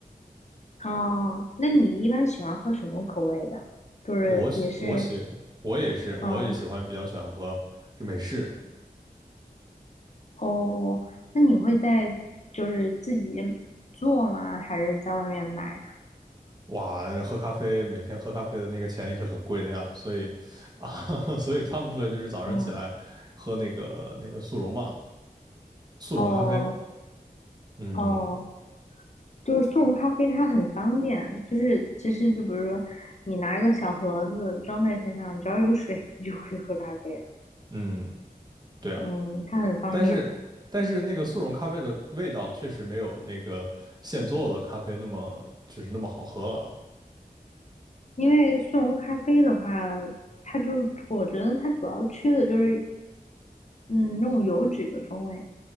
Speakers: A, on the left; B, on the right.
A: 哦，那你一般喜欢喝什么口味的？就是也是，
B: 我喜我喜我也是，我也喜欢比较喜欢喝这美式。
A: 嗯，哦，那你会在就是自己做吗？还是在外面买呀？
B: 哇，喝咖啡每天喝咖啡的那个钱也是很贵的呀，所以啊，<laughs> 所以大部分就是早上起来喝那个那个速溶嘛，
A: 嗯，
B: 速溶咖啡。
A: 哦
B: 嗯
A: 哦，就是速溶咖啡它很方便，就是其实就比如说你拿一个小盒子装在身上，只要有水你就可以喝咖啡了。
B: 嗯，对啊，
A: 嗯，它很方便。
B: 但是但是那个速溶咖啡的味道确实没有那个现做的咖啡那么就是那么好喝了。
A: 因为速溶咖啡的话，它就我觉得它主要缺的就是嗯那种油脂的风味，